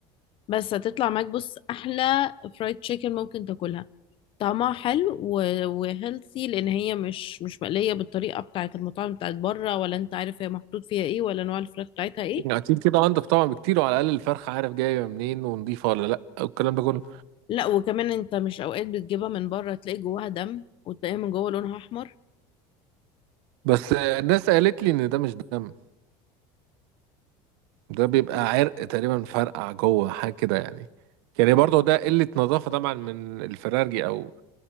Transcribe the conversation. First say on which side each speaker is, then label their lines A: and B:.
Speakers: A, on the left; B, on the right.
A: بس هتطلع معاك بص أحلى فرايد تشيكن ممكن تاكلها طعمها حلو و- وهيلثي لأن هي مش مش مقلية بالطريقة بتاعة المطاعم بتاعة بره ولا أنت عارف هي محطوط فيها إيه ولا نوع الفراخ بتاعتها إيه
B: يعني اكيد كده انضف طبعا بكتير وعلى الاقل الفرخه عارف جايه منين ونضيفه ولا لا والكلام ده كله
A: لا وكمان أنت مش أوقات بتجيبها من بره تلاقي جواها دم وتلاقيها من جوه لونها أحمر
B: بس آه، الناس قالت لي ان ده مش دم ده بيبقى عرق تقريبا فرقع جوه حاجه كده يعني يعني برضه ده قله نظافه طبعا من الفرارجي او